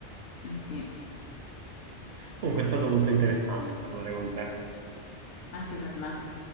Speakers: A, on the left (about 60°); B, on the right (about 65°).
A: Eh sì,
B: Comunque è stato molto interessante parlare con te.
A: anche per me.